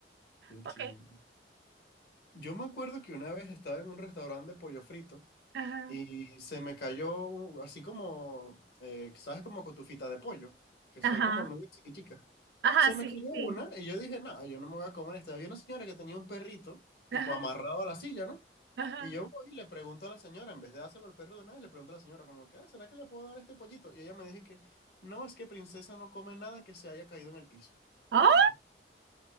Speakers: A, on the left; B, on the right.
A: Qué
B: ok,
A: chido. Yo me acuerdo que una vez estaba en un restaurante de pollo frito
B: ajá.
A: Y se me cayó así como, eh, ¿sabes? Como cotufita de pollo, que
B: Ajá,
A: son como nubes chiquiticas.
B: ajá,
A: Se me
B: sí,
A: cayó una
B: sí.
A: y yo dije, nada, yo no me voy a comer esta. Había una señora que tenía un perrito, tipo
B: Ajá,
A: amarrado a la silla, ¿no?
B: ajá.
A: Y yo voy y le pregunto a la señora, en vez de dárselo al perro de una vez, le pregunto a la señora como que, "Ah, ¿será que le puedo dar este pollito? Y ella me dijo que, no, es que princesa no come nada que se haya caído en el piso.
B: ¡Ah!
A: Y yo dije,